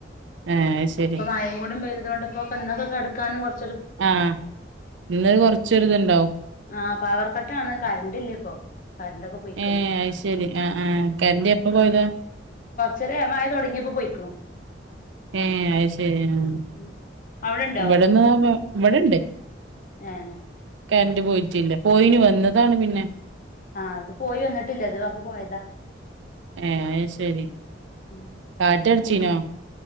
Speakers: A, on the right; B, on the left.
A: ഏഹ് ശരി
B: ഇപ്പൊ മഴേം കൂടെം പെയ്ത് അതൊണ്ടിപ്പോ <unintelligible> കെടക്കാനും കുറ
A: ആ, ഇന്ന് കൊറച്ചൊരിതുണ്ടാവും
B: ആ പവർ കട്ടാണ് കരണ്ടില്ല ഇപ്പൊ കറണ്ടൊക്കെ പോയിക്കണ്
A: ഏഹ് അയ്ശെരി അ ആ കറന്റ് എപ്പ പോയതാ.
B: ഇന്നലെ മയ തൊടങ്ങിയപ്പോ പോയിക്കണു
A: ഏഹ് അയ്ശെരി ആഹ്
B: ഉം അവിടെണ്ടോ
A: ഇവിടുന്ന് ഇവിടിണ്ട്
B: ഏ
A: കറന്റ് പോയിട്ടില്ല. പോയീന് വന്ന് അന്താണ് പിന്നെ
B: ആ അത് പോയി വന്നിട്ടില്ല അത് അപ്പം പോയതാ
A: ഏഹ് ശെരി
B: ഉം
A: കാറ്റടിച്ചീനോ
B: പിന്ന